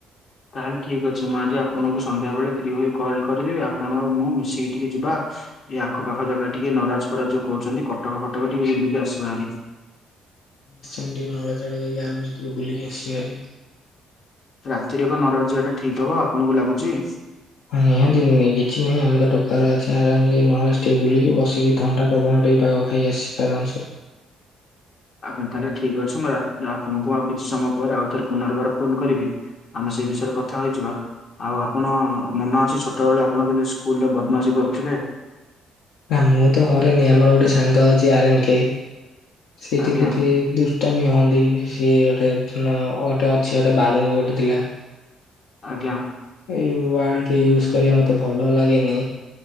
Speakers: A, on the left (about 55°); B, on the left (about 75°).
A: ତାହେଲେ ଠିକ ଅଛି ମୁଁ ଆଜି ଆପଣଙ୍କୁ ସନ୍ଧ୍ୟା ବେଳେ ଫ୍ରି ହୋଇ କଲ କରିଦେବି ଆପଣ ମୁଁ ମିଶିକି ଟିକେ ଯିବା ଏଇ ଆଖ ପାଖ ଜାଗା ଟିକେ ନରାଜ ଫରାଜ ଯୋଉ କହୁଛନ୍ତି କଟକ ଫଟକ ଟିକେ ବୁଲିକି ଆସିବା ଭାରି।
B: ସେଣ୍ଡି ନରାଜ ଆଡ଼େ ଯାଇକି ଆରମ୍ ସେ ଟିକେ ବୁଲିକି ଆସିବା ଭାରି।
A: ରାତିରେ କଣ ନରାଜ ଜିବାଟା ଠିକ ହବ ଆପଣଙ୍କୁ ଲାଗୁଚି?
B: ହଁ ନିହାତି କିଛି ନାହିଁ ଆମେ ତ ଟୋକା ଗୁରା ଅଛେ ଆରାମ ରେ ନାରାଜ ବୁଲିକି ବସିକି ଥଣ୍ଡା ପବନ ଟେ ପାଗ ଖାଇ ଆସି ଆରାମ ସେ।
A: ଆଜ୍ଞା ତାହେଲେ ଠିକ ଅଛି ମୁଁ ଆପଣଙ୍କୁ ଆଉ କିଛି ସମୟ ପରେ ଆଉ ଥରେ ପୁନର୍ବାର ଫୋନ କରିବି। ଆମେ ସେଇ ବିଷୟରେ କଥା ହୋଇଯିବା। ଆଉ ଆପଣ ମନ ଅଛି, ଛୋଟ ବେଳେ ଆପଣଙ୍କ ବି ସ୍କୁଲ ରେ ବଦମାସି କରିଥିଲେ?
B: ନାଁ, ମୁଁ ତ ହରେନି। ଆମର ଗୋଟେ ସାଙ୍ଗ ଅଛି ଆରର୍ନ କେ ସେ
A: ଆଜ୍ଞା
B: ଟିକେ ଟିକେ ଦୁର୍ ଅଷ୍ଟାମୀ ହୁଅନ୍ତି ସିଏ, ଗୋଟେଏ ଥିଲା, ଗୋଟିଏ ଅଛି, ଗୋଟିଏ ବାଲୁଙ୍ଗା ଗୋଟେଏ ଥିଲା।
A: ଆଜ୍ଞା।
B: ଏଇ ୱାର୍ଡଟି ୟୁଜ କରିବା ମତେ ଭଲ ଲାଗେନି,